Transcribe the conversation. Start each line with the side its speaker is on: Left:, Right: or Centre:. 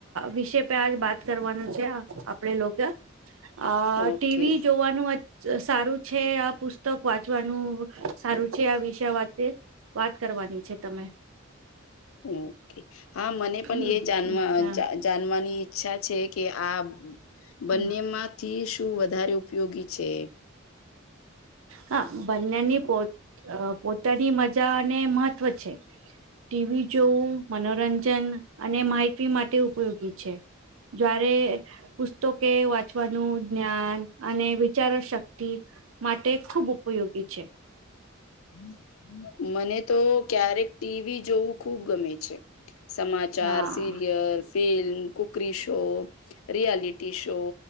Right: વિષ પે આજ વાત કરવાનું છે આપણે લોકો અ
Left: ઓકે
Right: ટીવી જોવાનું સારું છે આ પુસ્તક વાંચવાનું સારું છે આ વિષય વાત વાત કરવાની છે તમે
Left: ઓકે હા મને પણ
Right: હમ
Left: એ જાણવા
Right: હમ હા
Left: જાણવાની ઈચ્છા છે કે આ બંનેમાં
Right: હમ
Left: થી શું વધારે ઉપયોગી છે
Right: હા બંનેની પો પોતાની મજા અને મહત્વ છે ટીવી જોવું મનોરંજન અને માહિતી માટે ઉપયોગી છે જારે પુસ્તકે વાંચવાનું જ્ઞાન અને વિચારો શક્તિ માટે ખૂબ ઉપયોગી છે
Left: હમ હમ મને તો ક્યારેક ટીવી જોવું ખુબ ગમે છે સમાચાર
Right: હા
Left: serials film cookery show reality show